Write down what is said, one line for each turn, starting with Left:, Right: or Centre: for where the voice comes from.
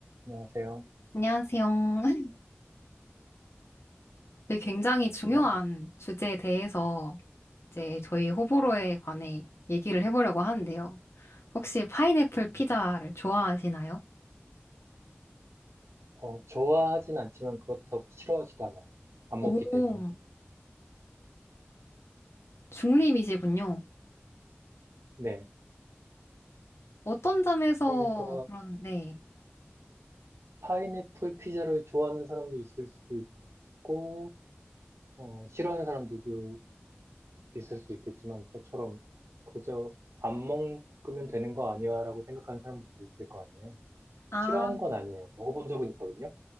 Right: 안녕하세요.
Left: 안녕하세요. <laughs> 네, 굉장히
Right: 어,
Left: 중요한
Right: 네.
Left: 주제에 대해서 이제 저희 호불호에 관해 얘기를 해보려고 하는데요. 혹시 파인애플 피자를 좋아하시나요?
Right: 어, 좋아하진 않지만 그렇다고 싫어하지도 않아요. 안
Left: 오,
Right: 먹기 때문에.
Left: 중립이시군요.
Right: 네.
Left: 어떤 점에서
Right: 그러니까
Left: 그런, 네.
Right: 파인애플 피자를 좋아하는 사람도 있을 수도 있고, 어, 싫어하는 사람들도 있을 수 있겠지만 저처럼 그저 안 먹으면 되는 거 아니야라고 생각하는 사람들도 있을 거 아니에요.
Left: 아,
Right: 싫어하는 건 아니에요. 먹어본 적은 있거든요.